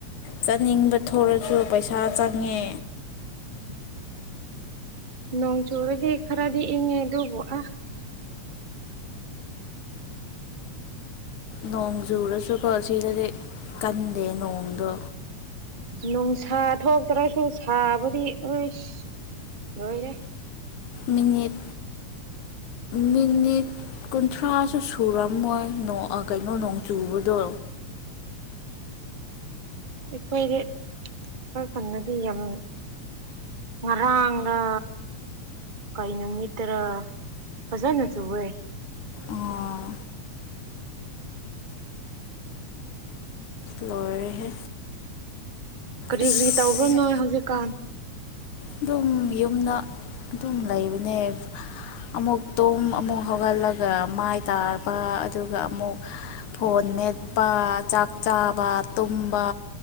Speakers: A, on the left; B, on the right.
A: ꯆꯥꯅꯤꯡꯕ ꯊꯣꯛꯂꯁꯨ ꯄꯩꯁꯥ ꯆꯪꯉꯦ
B: <inaudible> ꯅꯣꯡ ꯆꯨꯔꯗꯤ ꯈꯔꯥꯗꯤ ꯏꯪꯉꯦ ꯑꯗꯨꯕꯨ ꯑ
A: ꯅꯣꯡ ꯆꯨꯔꯁꯨꯀꯣ ꯁꯤꯗꯗꯤ ꯀꯟꯗꯦ ꯅꯣꯡꯗꯣ
B: ꯅꯨꯡꯁꯥ ꯊꯣꯛꯇ꯭ꯔꯁꯨ ꯁꯥꯕꯨꯗꯤ ꯑꯣꯏꯁ ꯂꯣꯏꯔꯦ
A: ꯃꯤꯅꯤꯠ ꯃꯤꯅꯤꯠ ꯀꯨꯟꯊ꯭ꯔꯥꯁꯨ ꯁꯨꯔꯝꯃꯣꯏ ꯅꯣ ꯀꯩꯅꯣ ꯅꯣꯡ ꯆꯨꯕꯗꯣ
B: <inaudible> ꯑꯩꯈꯣꯏꯗꯤ ꯑꯩꯈꯣꯏ ꯈꯨꯟꯗꯗꯤ ꯌꯥꯝ ꯉꯔꯥꯡꯒ ꯀꯩ ꯅꯨꯃꯤꯠꯇꯔ ꯐꯖꯅ ꯆꯨꯋꯦ
A: ꯑꯥ ꯂꯣꯏꯔꯦꯍꯦ
B: ꯀꯔꯤ
A: ꯑꯁ
B: ꯀꯔꯤ ꯇꯧꯕ꯭ꯔꯥ ꯅꯣꯢ ꯍꯧꯖꯤꯛꯀꯥꯟ
A: ꯑꯗꯨꯝ ꯌꯨꯝꯗ ꯑꯗꯨꯝ ꯂꯩꯕꯅꯦ ꯑꯃꯨꯛ ꯇꯨꯝ ꯑꯃꯨꯛ ꯍꯧꯒꯠꯂꯒ ꯃꯥꯏ ꯇꯥꯕ ꯑꯗꯨꯒ ꯑꯃꯨꯛ ꯐꯣꯟ ꯃꯦꯠꯄ ꯆꯥꯛ ꯆꯥꯕ ꯇꯨꯝꯕ